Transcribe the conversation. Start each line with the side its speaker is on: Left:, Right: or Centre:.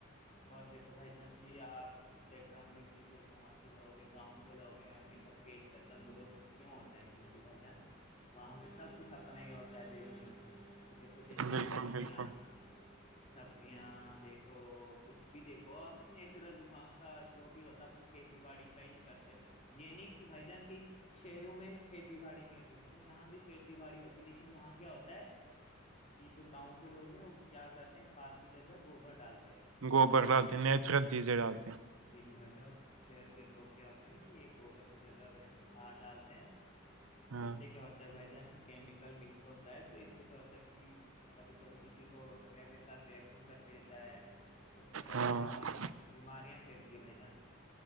Left: اور دیکھو بھائی جان جی آپ ا ہ گے کہ تو وہاں کے لوگ ہیں گاؤں کے لوگ ہیں ہمیشہ پ تندرست کیوں ہوتا تنک ی بھائی جان وہاں پہ سب کچھ اپنا ہی ہوتا ہے دیسی مجھے کچھ جیسے
Right: بالکل
Left: کہ سبزیاں
Right: بالکل
Left: سبزیاں دیکھو کچھ بھی دیکھو آپ نیچرل وہاں کا جو بھی ہوتا ہے اپنی کھیتی باڑی کا ہی کرتے یہ نہیں کہ بھائی جان کی شہروں میں کھیتی باڑی نہیں ہوتی بھائی ج یہاں بھی کھیتی باڑی ہوتی لیکن یہاں کیا ہوتا ہے کہ جو گاؤں کے لوگ ہیں وہ کیا کرتے ہیں کھاد کی جگہ گوبر ڈالتے ہیں <unintelligible>
Right: گوبر ڈالتے ہیں نیچرل چیزیں ڈالتے ہیں <unintelligible>
Left: جی جی بھائی جا اور <unintelligible> شہر کے لوگ کیا ہوتے ہیں کہ یہ گوبر کی جگہ وہ ہار ڈالتے ہیں <unintelligible>
Right: ہاں
Left: اس سے کیا ہوتا ہے بھائی جان کی کیمیکل مکس ہوتا ہے تو اس سے کیا ہوتا ہے کہ <unintelligible> کبھی کبھی کسی کو کیا میرے ساھ ریئیکشن کر دیتا ہے <unintelligible> اس سے کیا ہوتا
Right: ہاں
Left: ہے بیاری
Right: ہاں،
Left: بیماریاں پھیلتی ہے بھائی جان <unintelligible>